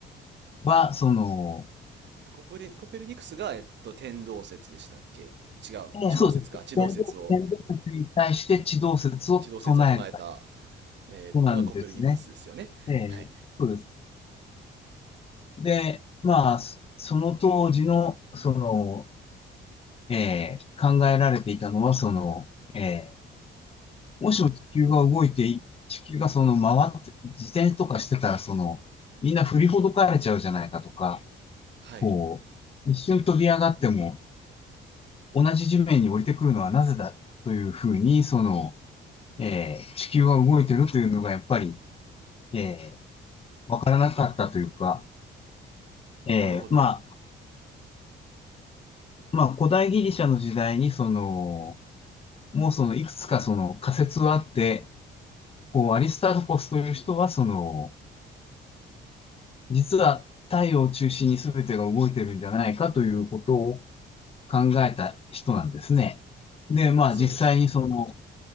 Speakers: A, on the left; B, on the right.
A: は、その、
B: えっとコペレ、コペルニクスが、えっと、天動説でしたっけ違う。
A: ねそうです。
B: 地動説か。地動説を、
A: 天動天動説に対して地動説を唱えた
B: 地動説を唱えた、えーのがコペルニクスですよね。
A: 人なんですね。ええ、
B: はい。
A: そうです。で、まあ、そその当時の、その、ええ、考えられていたのは、その、ええ、もしも地球が動いてい、地球がその回って、自転とかしてたら、その、みんな振りほどかれちゃうじゃないかとか、
B: はい。
A: こう、一瞬飛び上がっても、同じ地面に降りてくるのはなぜだというふうに、その、えー地球が動いてるというのがやっぱり、えー、わからなかったというか、えーまあ、
B: なるほど。
A: まあ、古代ギリシャの時代に、その、もうその、いくつかその仮説はあって、こう、アリスタルコスという人は、その、実は太陽を中心に全てが動いてるんじゃないかということを考えた人なんですね。で、まあ、
B: そうですね。
A: 実際にその、
B: はい。